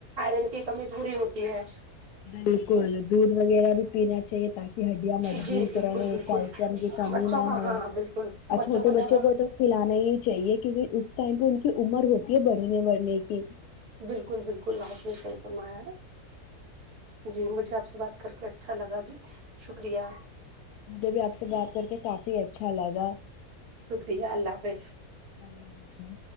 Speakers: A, on the right; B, on the left.
A: آئرن کی کمی پوری ہوتی ہے
B: بالکل دودھ وغیرہ بھی پیینا چاہیے تاک ہڈیاں مضبوط
A: جی بالکل
B: رہے
A: بالکل
B: <unintelligible> کی کمی
A: بچوں
B: نہ
A: کا
B: ہو
A: ہاں بالکل
B: اور چھوٹے
A: کا زیادہ
B: بچوں کو تو پلانا ہی چاہیے کیونکہ اس ٹائم پہ ان کی عمر ہوتی ہے بڑھنے بڑھنے کی
A: بالکل بالکل آپ نے صحیح فرمایا ہے جی مجھے آپ سے بات کر کے اچھا لگا جی شکریہ
B: مجھے بھی آپ سے بات کر کے کافی اچھا لگا
A: شکریہ اللہ حافظ
B: اللہ حافظ